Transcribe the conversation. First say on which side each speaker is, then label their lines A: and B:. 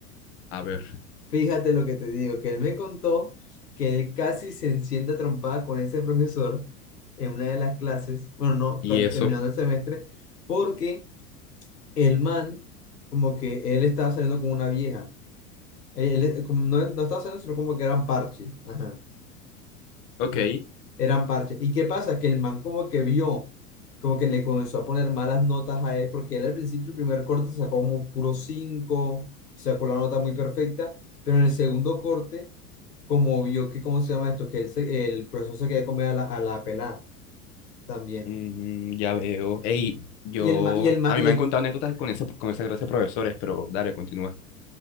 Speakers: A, on the left (about 50°); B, on the left (about 80°).
A: a ver,
B: Fíjate lo que te digo, que él me contó que él casi se enciende a trompada con ese profesor en una de las clases, bueno, no,
A: y
B: con-
A: eso,
B: terminando el semestre, porque el man, como que él estaba saliendo con una vieja. Él, él- eh, como no, no estaba saliendo, sino como que eran parches. Ajá,
A: ok.
B: ajá. Eran parches. ¿Y qué pasa? Que el man como que vio, como que le comenzó a poner malas notas a él, porque él al principio, el primer corte sacó como puro cinco sacó la nota muy perfecta, pero en el segundo corte, como vio que, ¿cómo se llama esto? Que él se- el profesor se quería comer a la, a la pelada también.
A: Mm, ya veo. Ey, yo,
B: Y el, ma- y el, ma-
A: a mí
B: y
A: me
B: el,
A: han contado anécdotas con ese, con esa clase de profesores, pero dale, continúa.